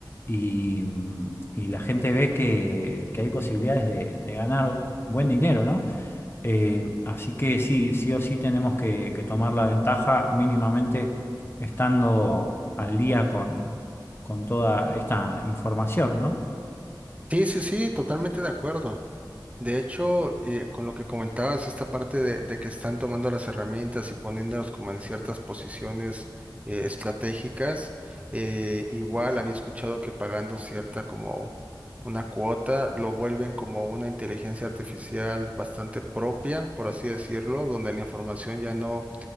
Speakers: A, on the left; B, on the right.
A: y, y la gente ve que, que hay posibilidades de de ganar buen dinero, ¿no? Eh, así que sí, sí o sí tenemos que, que tomar la ventaja mínimamente estando al día con, con toda esta información, ¿no?
B: sí, sí, sí, totalmente de acuerdo. De hecho, eh, con lo que comentabas, esta parte de, de que están tomando las herramientas y poniéndolas como en ciertas posiciones eh, estratégicas, eh, igual había escuchado que pagando cierta como una cuota, lo vuelven como una inteligencia artificial bastante propia, por así decirlo, donde la información ya no